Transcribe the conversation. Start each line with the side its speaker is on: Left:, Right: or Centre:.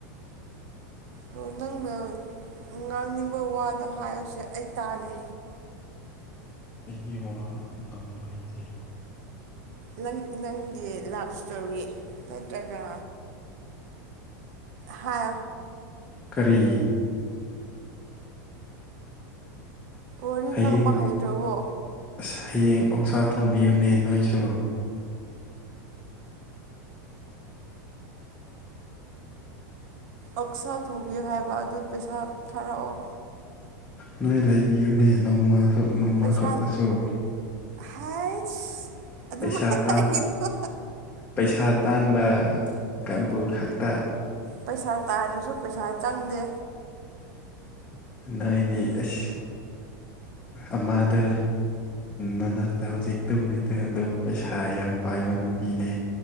Right: ꯑꯗꯣ ꯅꯪꯅ ꯉꯥꯡꯅꯤꯡꯕ ꯋꯥꯗꯣ ꯍꯥꯏꯔꯣꯁꯦ ꯑꯩ ꯇꯥꯒꯦ
Left: ꯑꯩꯗꯤ ꯋꯥ ꯉꯥꯡꯕ ꯍꯩꯇꯦ
Right: ꯅꯪ ꯅꯪꯒꯤ ꯂꯞ ꯁ꯭ꯇꯣꯔꯤ ꯅꯠꯇ꯭ꯔꯒ ꯍꯥ
Left: ꯀꯔꯤ
Right: ꯋꯥꯔꯤ
Left: ꯍꯌꯦꯡ
Right: ꯉꯥꯡꯕ ꯍꯩꯇ꯭ꯔꯕꯣ
Left: ꯑꯁ ꯍꯌꯦꯡ ꯑꯣꯛꯁꯥ ꯊꯣꯡꯕꯤꯌꯨꯅꯦ ꯅꯣꯏꯁꯨ
Right: ꯑꯛꯁꯥ ꯊꯣꯡꯕꯤꯌꯨ ꯍꯥꯏꯕ ꯑꯗꯨ ꯄꯩꯁꯥ ꯊꯥꯔꯛꯑꯣ
Left: ꯅꯣꯏ ꯂꯩꯕꯤꯌꯨꯅꯦ ꯅꯣꯡꯃꯁꯨ ꯅꯣꯡꯃ
Right: ꯄꯩꯁꯥ
Left: ꯈꯛꯇ ꯁꯨꯔ
Right: ꯍꯥꯏꯁ ꯑꯗꯨꯝ
Left: ꯄꯩꯁꯥ ꯇꯥꯟ
Right: ꯍꯥꯏꯒꯤꯅꯤꯀꯣ
Left: ꯄꯩꯁꯥ ꯇꯥꯟꯕ ꯀꯥꯡꯕꯨ ꯈꯛꯇ
Right: ꯄꯩꯁꯥ ꯇꯥꯅꯁꯨ ꯄꯩꯁꯥ ꯆꯪꯗꯦ
Left: ꯅꯣꯏꯗꯤ ꯑꯁꯨ ꯑꯃꯥꯗ ꯅꯅꯥꯛꯇ ꯍꯧꯖꯤꯛ ꯇꯨꯝꯃꯤꯗ ꯑꯗꯨ ꯄꯩꯁꯥ ꯌꯥꯝ ꯄꯥꯏꯕ ꯅꯨꯄꯤꯅꯦ